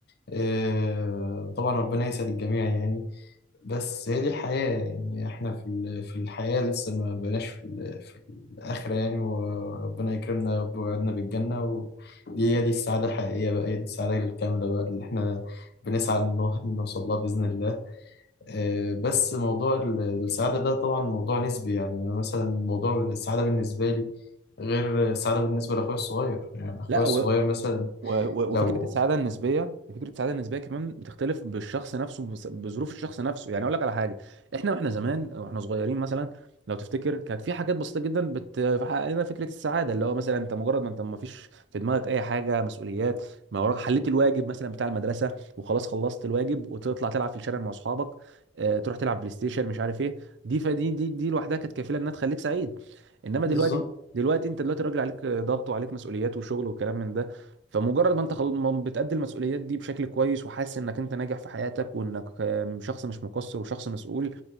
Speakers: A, on the left; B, on the right.
A: آه، طبعا ربنا يسعد الجميع يعني بس هي دي الحياة يعني إحنا في ال- في الحياة لسه ما بقناش في ال- في الآخرة يعني وربنا يكرمنا يا رب ويوعدنا بالجنة ودي هي دي السعادة الحقيقية بقى هي دي السعادة الكاملة بقى اللي إحنا بنسعى إنه- إنه نوصل لها بإذن الله آه، بس موضوع ال- السعادة ده طبعا موضوع نسبي يعني أنا مثلا موضوع السعادة بالنسبة لي غير السعادة بالنسبة لأخويا الصغير يعني أخويا
B: لا و-
A: الصغير مثلا
B: و- وفكره
A: لو
B: السعاده النسبيه فكره السعاده النسبيه كمان بتختلف بالشخص نفسه بس- بظروف الشخص نفسه يعني اقول لك على حاجه احنا واحنا زمان واحنا صغيرين مثلا لو تفتكر كانت في حاجات بسيطه جدا بتحقق لنا فكره السعاده اللي هو مثلا انت مجرد ما انت ما فيش في دماغك اي حاجه مسؤوليات ما وراك حليت الواجب مثلا بتاع المدرسه وخلاص خلصت الواجب وتطلع تلعب في الشارع مع اصحابك آه، تروح تلعب بلاي ستيشن مش عارف ايه دي فدي دي دي لوحدها كانت كفيله انها تخليك سعيد انما
A: بالظبط
B: دلوقتي دلوقتي انت دلوقتي راجل عليك ضغط وعليك مسؤوليات وشغل وكلام من ده فمجرد ما انت خل... ما بتأدي المسؤوليات دي بشكل كويس وحاسس انك انت ناجح في حياتك وانك آم، شخص مش مقصر وشخص مسؤول